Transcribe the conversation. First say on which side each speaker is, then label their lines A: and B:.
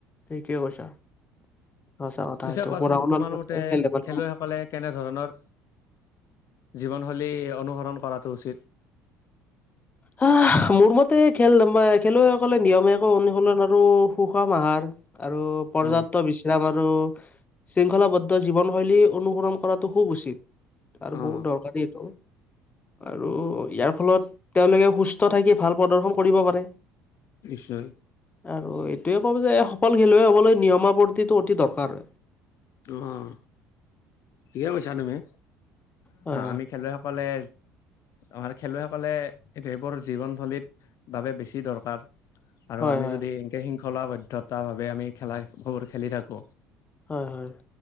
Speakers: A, on the left (about 25°); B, on the left (about 60°).
A: ঠিকে কৈছা। সঁচা কথা
B: পিছে
A: সেইটো,
B: কোৱাচোন
A: পঢ়া শুনা
B: তোমাৰ
A: লগ
B: মতে
A: খেল ধেমালিত
B: খেলুৱৈসকলে কেনেধৰণৰ জীৱনশৈলী অনুসৰণ কৰাটো উচিত?
A: আহ, মোৰ মতে খেল খেলুৱৈসকলে নিয়মীয়াকৈ অনুশীলন আৰু সুষম আহাৰ আৰু পৰ্যাপ্ত
B: অ
A: বিশ্ৰাম আৰু শৃংখলাবদ্ধ জীৱনশৈলী অনুসৰণ কৰাটো খুব উচিত। আৰু
B: অ
A: বহুত দৰকাৰী এইটো আৰু ইয়াৰ ফলত তেওঁলোকে সুস্থ থাকি ভাল প্ৰদৰ্শন কৰিব পাৰে।
B: নিশ্চয়।
A: আৰু এইটোৱে ক'ওঁ যে এই সফল খেলুৱৈ হ'বলৈ নিয়মাৱৰ্তিটো অতি দৰকাৰ।
B: অঁ। ঠিকে কৈছা তুমি।
A: হয় হয়।
B: আমি খেলুৱৈসকলে আমাৰ খেলুৱৈসকলে এইটো এইবোৰ জীৱন থৈলীত বাবে বেছি দৰকাৰ। আৰু
A: হয়
B: আমি
A: হয়
B: যদি এনকে শৃংখলাবদ্ধতা ভাৱে আমি খেলা বহুত খেলি থাকো
A: হয়, হয়।